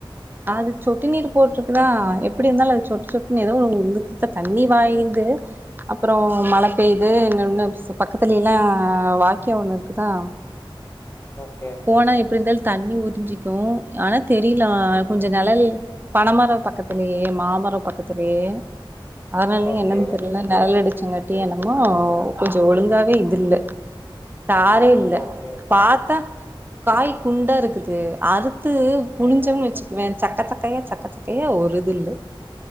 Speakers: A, on the right; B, on the left.
A: அது சொட்டு நீர் போட்ருக்குதா எப்படி இருந்தாலும் அது சொட்டு சொட்டு நீர்
B: ம்.
A: எதோ உ உந்து தண்ணி பாயுது அப்பறொ மழை பெய்து என்ன ஒண்ணு பக்கத்துல எல்லா வாய்க்கா ஒண்ணு இருக்குதா
B: ஓகே
A: போனா எப்டி இருந்தாலு தண்ணி உரிஞ்சிக்கு ஆனா தெரில
B: ம்,
A: கொஞ்ச
B: ம்.
A: நெழல் பனமர பக்கத்திலயே மாமர பக்கத்திலயே அதனாலயா
B: ஓகே,
A: என்னன்னு தெரில நெழல் அடிச்சங்கட்டி என்னம்மோ கொஞ்ச ஒழுங்காவே இதில்ல சாரே இல்
B: ஓகே.
A: பாத்தா காய் குண்டா இருக்குது இது அறுத்து புழிஞ்சம்னு
B: ம், ம்.
A: வச்சுக்கவே சக்க சக்கையா சக்க சக்கையா ஒரு இது இல்ல